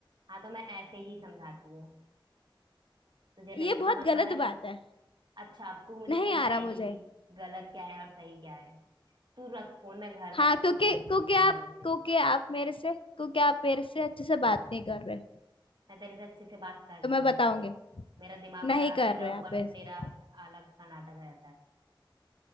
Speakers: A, on the right; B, on the left.
A: हाँ तो मैं ऐसे ही समझाती हूँ तुझे नहीं
B: ये बहुत
A: समझ
B: गलत
A: में आ रहा
B: बात
A: तो
B: है
A: अच्छा अब तू मुझे
B: नहीं
A: समझाएगी
B: आ रहा मुझे
A: कि गलत क्या है और सही क्या है तू रख फोन मैं घर
B: हाँ
A: पे आके
B: क्योंकि
A: समझाती
B: क्योंकि
A: हूँ तुझे
B: आप
A: बढ़िया से
B: क्योंकि आप मेरे से क्योंकि आप मेरे से अच्छे से बात नहीं कर रहे
A: मैं तेरे से अच्छे से बात करती
B: तो मैं
A: हूँ
B: बताऊंगी
A: ठीक है मेरा दिमाग
B: नहीं
A: खराब
B: कर
A: रहता
B: रहे
A: है
B: आप
A: ऊपर
B: ऐसे
A: से तेरा अलग सा नाटक रहता है